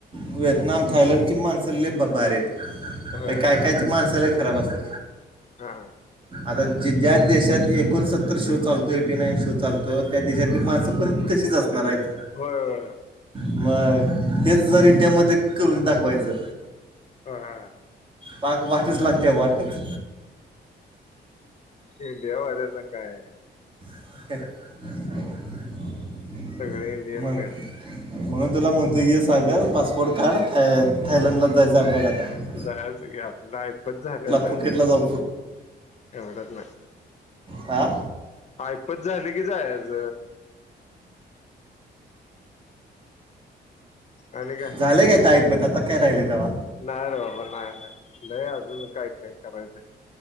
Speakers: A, on the right; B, on the left.
A: व्हिएतनाम थायलंड माणसले ब बार आहेत
B: होय
A: कायकायची माणसाला खराब असते
B: हा
A: आता जे ज्या देशात एकोणसत्तर शो चालतो एटी नाईन शो चालतो त्या देशातली माणसं पण तशीच असणार हाईत.
B: होय.
A: मग हेज जर इंडियामध्ये
B: तेच
A: करून दाखवायचं.
B: हा
A: पाक वाटच लागत्या वाटच.
B: इंडिया वाल्याना काय.
A: <inaudible>
B: सगळ इंडियन
A: मग
B: मेड.
A: म्हणून तुला मंतुय ये सागर पासपोर्ट काढ थायलंडला जायचं आपल्याला आता.
B: जायच की आपलं आयपत झालं वर जायच,
A: फुकेटला जाऊ
B: एवढ्यात नाय.
A: आ.
B: ऐपत झाली की जायाच. आणि काय?
A: झाल्या की आता ऐपत आता काय राहिलंय तव्हा?
B: नाही रे बाबा नाही नाही, नाही अजून काय काय करायचंय.